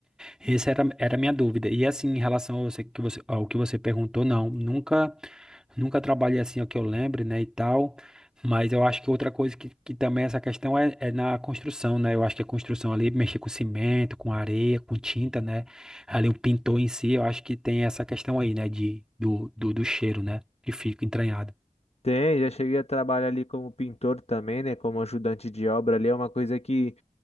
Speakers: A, in the centre; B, on the left.
A: essa era, era a minha dúvida. E assim, em relação ao você- que você, ao que você perguntou, não, nunca, nunca trabalhei assim, ao que eu lembre, né, e tal. Mas eu acho que outra coisa que, que também é essa questão é, é na construção, né? Eu acho que a construção ali, mexer com cimento, com areia, com tinta, né? Ali o pintor em si, eu acho que tem essa questão aí, né, de, do, do, do cheiro, né, que fica entranhado.
B: Tem, já cheguei a trabalhar ali como pintor também, né? Como ajudante de obra ali. É uma coisa que